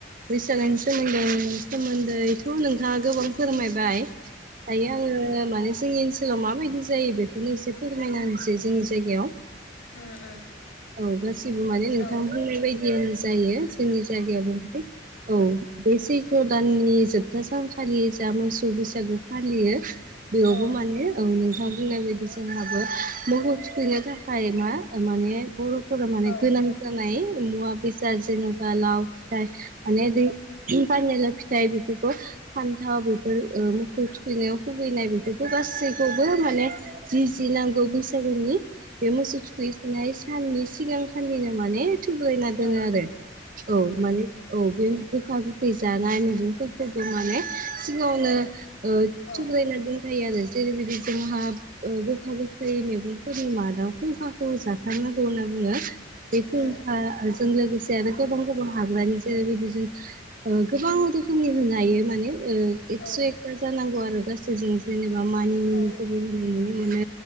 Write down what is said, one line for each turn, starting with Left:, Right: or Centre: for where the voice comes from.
Right: बैसागोनि
Left: उम
Right: सोमोनदै- सोमोन्दैथ' नोंथाङा गोबां फोरमायबाय। दायो आङो जोंनि ओनसोलाव माबायदि जायो बेखौनो एसे फोरमायनानैसै जोंनि जायगायाव।
Left: उम उम।
Right: औ गासिबो माने नोंथां
Left: औ
Right: बुंनाय बायदियानो जायो। जोंनि जायगायावबो औ बे सैथ' दाननि जोब खोथा सानखालि जा मोसौ बैसागो फालियो बेयावबो
Left: औ
Right: माने औ नोंथां बुंनाय बायदि जोंहाबो मगखौ थुखैनो थाखाय मा माने बर' फोर माने
Left: औ
Right: गोनां जानाय मुवा बेसाद जेनेबा लाव फिथाइ माने दै पानि लाव फिथाइ बेफोरखौ फान्थाव बेफोर ओ मोखौ थुखैनायाव खुगैनाय बेफोरखौ गासैखौबो माने जि जि नांगौ बैसागोनि बे मोसौ थुखै सोनाय साननि सिगांखालिनो माने थुब्रायना दङो
Left: औ
Right: आरो। औ माने औ बे गोखा-गोखै जानाय मैगंफोरखौबो माने सिगावनो थुब्रायना
Left: औ
Right: जायो आरो जेरैबायदि जोंहा गोखा गोखै मैगंफोरनि मादा खुंखाखौ जा थारनांगौ होनना बुङो। बे खुंखाजों
Left: औ
Right: लोगोसे आरो गोबां गोबां हाग्रानि जेरैबायदि जों गोबां रोखोमनि होनो हायो माने एकस'
Left: औ
Right: एकथा जानांगौ आरो गासैजों जेनेबा मानिमुनि
Left: औ
Right: खोबो होनाय नुनो मोनो